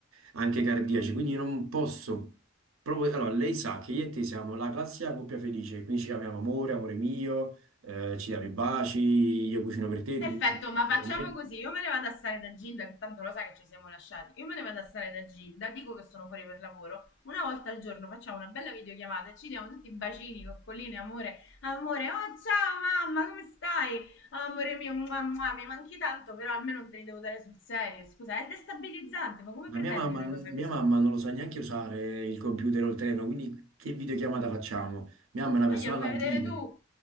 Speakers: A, on the right; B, on the left.
A: anche cardiaci, quindi non posso proprio... Allora, lei sa che io e te siamo la classica coppia felice, quindi ci chiamiamo amore, amore mio, eh, ci diamo i baci, io cucino per te,
B: Perfetto,
A: tu cucini
B: ma
A: per
B: facciamo
A: me.
B: così. Io me ne vado a stare da Gilda, che tanto lo sa che ci siamo lasciati. Io me ne vado a stare da Gilda, dico che sono fuori per lavoro. Una volta al giorno facciamo una bella videochiamata e ci diamo tutti bacini, coccoline, amore. Amore, oh ciao mamma, come stai? Oh, amore mio, mua, mua, mi manchi tanto, però almeno non te li devo dare sul serio. Scusa, è destabilizzante, ma come
A: Ma
B: pretendi
A: mia mamma,
B: una
A: mia
B: cosa così?
A: mamma non lo sa neanche usare il computer o il telefono, quindi che videochiamata facciamo? Mia mamma è una persona
B: Ma glielo
A: all'antica.
B: fai vedere tu.